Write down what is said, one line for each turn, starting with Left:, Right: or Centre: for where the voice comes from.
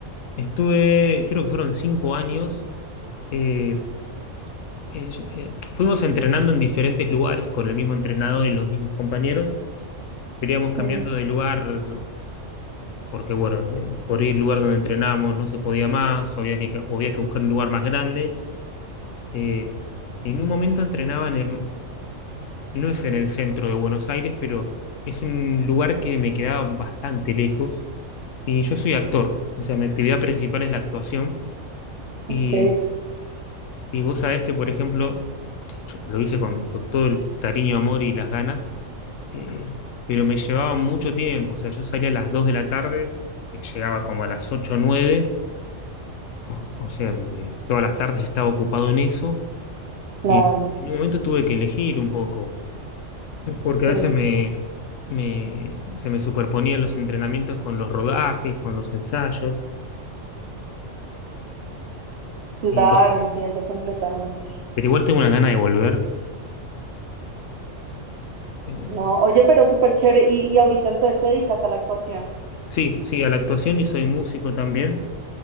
Left: Estuve, creo que fueron cinco años eh, eh, yo- eh, fuimos entrenando en diferentes lugares con el mismo entrenador y los mismos compañeros. Pero íbamos
Right: Sí,
Left: cambiando de lugar porque, bueno, eh, por ahí el lugar donde entrenábamos no se podía más, o había que, o había que buscar un lugar más grande. Eh, en un momento entrenaban, en, no es en el centro de Buenos Aires, pero es un lugar que me quedaba bastante lejos. Y yo soy actor, o sea, mi actividad principal es la actuación.
Right: ok,
Left: Y, y vos sabés que, por ejemplo, yo lo hice con, con todo el cariño, amor y las ganas eh, pero me llevaba mucho tiempo, o sea, yo salía a las 2 de la tarde, eh, llegaba como a las 8 o 9, o, o sea, eh, todas las tardes estaba ocupado en eso,
Right: claro,
Left: y en un momento tuve que elegir un poco, porque
Right: sí,
Left: a veces me, me- se me superponían los entrenamientos con los rodajes, con los ensayos,
Right: claro,
Left: y-
Right: entiendo completamente.
Left: pero igual tengo una gana de volver. eh,
Right: No, oye, pero súper chévere. ¿Y, y ahorita entonces te dedicas a la actuación?
Left: sí, sí, a la actuación y soy músico también,